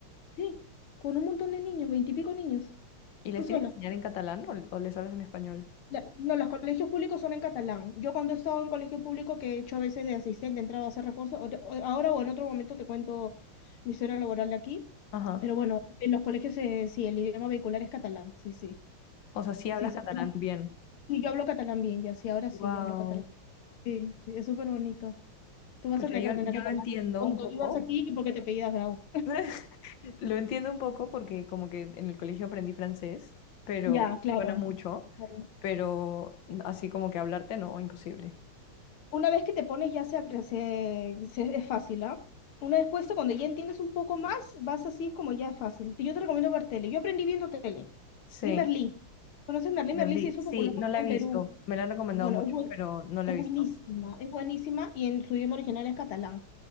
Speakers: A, on the left; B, on the left.
A: Sí, con un montón de niños, veintipico niños,
B: ¿Y les
A: tú sola.
B: tienes que enseñar en catalán o, o les hablas en español?
A: La- No, los colegios públicos son en catalán. Yo cuando he estado en colegio público que he hecho a veces de asistente, he entrado a hacer refuerzo, o- o- ahora o en otro momento te cuento mi historia laboral de aquí,
B: Ajá.
A: pero bueno, en los colegios eh, sí, el idioma vehicular es catalán, sí, sí,
B: O sea, sí hablas
A: sí, sa-
B: catalán
A: no,
B: bien.
A: sí, yo hablo catalán bien, ya sí, ahora sí,
B: Wow.
A: ya hablo catalán. Sí, sí, es súper bonito. Tú vas
B: Pues
A: a tener
B: yo, yo
A: que aprender catalán
B: lo entiendo
A: cuando
B: un poco.
A: vivas aquí y porque te apellidas Grau.
B: <laughs> Lo entiendo un poco porque como que en el colegio aprendí francés, pero
A: Ya,
B: y
A: claro.
B: suena mucho,
A: claro.
B: pero así como que hablarte no, imposible.
A: Una vez que te pones ya se, apre- se- se- es fácil, ¿ah? Una vez puesto, cuando ya entiendes un poco más, vas así como ya es fácil. Yo te recomiendo ver tele. Yo aprendí viendo tele.
B: Sí,
A: Vi Merlí. ¿Conoces Merlí?
B: Berlín.
A: Merlí se hizo
B: Sí,
A: popular
B: no la
A: en
B: he visto.
A: Perú.
B: Me la han recomendado
A: Bueno,
B: mucho,
A: es, buen-
B: pero no la
A: es
B: he
A: buenísima,
B: visto.
A: es buenísima y en su idioma original es catalán.